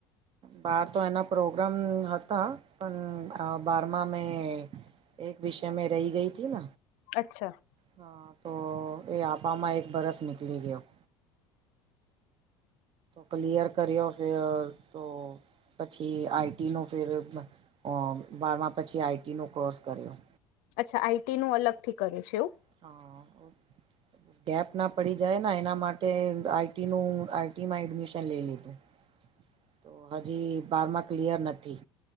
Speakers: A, on the right; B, on the left.
A: બાર તો એના પ્રોગ્રામ હતા પન અ બારમામાં એ એક વિષયમે રઇ ગઈતી ન.
B: અચ્છા
A: હ તો એ આપામાં એક બરસ નીકળી ગયું. ક્લીિયર કર્યો ફીર તો પછી આઈટીનો ફેર અ બારમા પછી આઈટીનો કોર્સ કર્યો.
B: અચ્છા આઈટીનું અલગથી કરે છે એવું?
A: હ..
B: <inaudible>
A: ગેપ ના પડી જાય ને એના માટે આઈટીનું આઈટીમાં એડમિશન લઈ લીધું. તો હજી બારમાં ક્લીયર નથી.